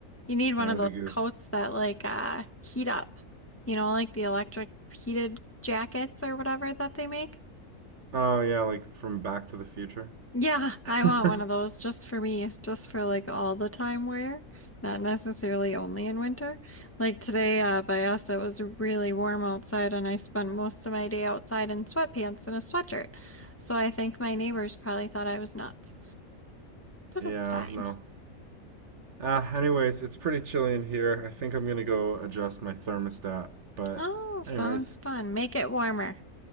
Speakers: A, on the left; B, on the right.
A: You need one
B: Canada
A: of those
B: Goose.
A: coats that like uh heat up. You know, like the electric heated jackets or whatever that they make.
B: Oh yeah, like from Back to the Future.
A: Yeah, I
B: <laughs>
A: want one of those just for me, just for like all the time wear, not necessarily only in winter. Like today uh by us it was really warm outside and I spent most of my day outside in sweatpants and a sweatshirt. So I think my neighbors probably thought I was nuts, but
B: Yeah,
A: it's fine.
B: no. Uh, anyways, it's pretty chilly in here. I think I'm gonna go adjust my thermostat. But
A: Oh, sounds
B: anyways,
A: fun. Make it warmer.